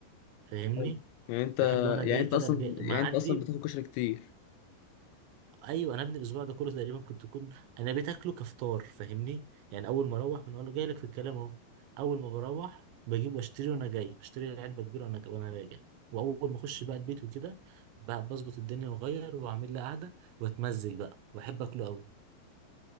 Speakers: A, on the right (about 80°); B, on the left (about 85°).
A: فاهمني
B: حلو. يعني أنت
A: بحب انا
B: يعني
A: جاي
B: أنت
A: كده
B: أصلا
A: أقوم جاي
B: يعني
A: معدي
B: أنت أصلا بتاكل كشري كتير
A: ايوه انا ابني الاسبوع ده كله تقريبا كنت كل انا بتاكله كفطار فاهمني يعني اول ما اروح بنقول له جاي لك في الكلام اهو اول ما بروح بجيب واشتري وانا جاي بشتري علبه كبيره وانا وانا راجع واول ما اخش بقى البيت وكده بقى بظبط الدنيا واغير واعمل لي قعده واتمزج بقى واحب اكله قوي